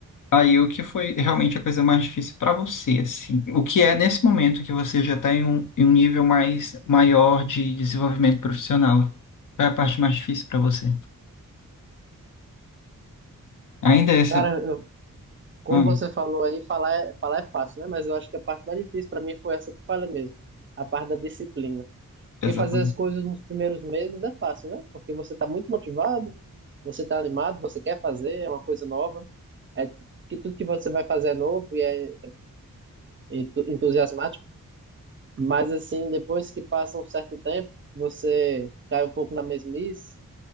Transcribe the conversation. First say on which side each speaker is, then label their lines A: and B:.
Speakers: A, on the left (about 60°); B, on the right (about 35°).
A: aí o que foi realmente a coisa mais difícil para você, assim? O que é nesse momento que você já está em um, em um nível mais maior de desenvolvimento profissional? Qual é a parte mais difícil para você? Ainda é essa.
B: Cara, eu, como
A: Ah,
B: você falou aí, falar é, falar é fácil, né? Mas eu acho que a parte mais difícil para mim foi essa que eu falei mesmo, a parte da disciplina. Porque
A: exatamente.
B: fazer as coisas nos primeiros meses é fácil, né? Porque você está muito motivado, você está animado, você quer fazer, é uma coisa nova, é que tudo que você vai fazer é novo e é entu- entusiasmático, mas assim, depois que passa um certo tempo, você cai um pouco na mesmice